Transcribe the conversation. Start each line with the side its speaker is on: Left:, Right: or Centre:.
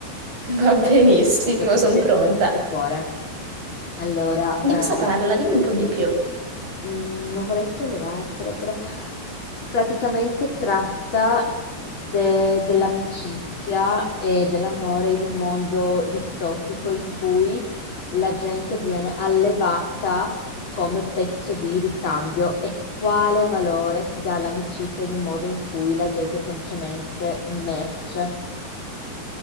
Right: va benissimo,
Left: Ecco, ti
Right: sono
Left: spezza
Right: pronta.
Left: veramente il cuore. Allora,
Right: Di cosa parla?
Left: eh,
Right: Dimmi un po' di più.
Left: Mm, non vorrei spoilerartelo, però praticamente tratta de- dell'amicizia e dell'amore in un mondo distopico in cui la gente viene allevata come pezzo di ricambio e quale valore si dà all'amicizia in un modo in cui la gente è semplicemente merce.